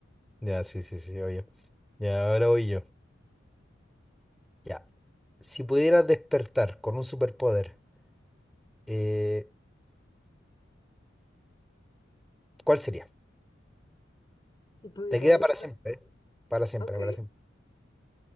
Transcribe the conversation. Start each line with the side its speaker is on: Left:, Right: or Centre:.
Centre: Ya, sí, sí, sí, oye. Ya, ahora voy yo. Ya. Si pudieras despertar con un superpoder, eh, ¿cuál sería?
Left: Si pudiera
Centre: Te queda
Left: despertar.
Centre: para siempre, ¿eh? Para siempre,
Left: Ok,
Centre: para siempre.